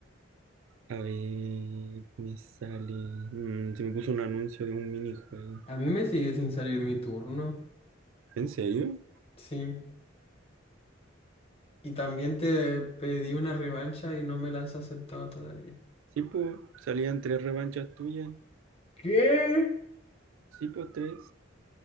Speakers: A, on the right (about 80°); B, on the left (about 30°).
A: A ver, me sale. mm, se me puso un anuncio de un minijuego.
B: A mí me sigue sin salir mi turno.
A: ¿En serio?
B: Sí. Y también te pedí una revancha y no me la has aceptado todavía.
A: Sí, pues, salían tres revanchas tuyas.
B: ¿Qué?
A: Sí, pues, tres.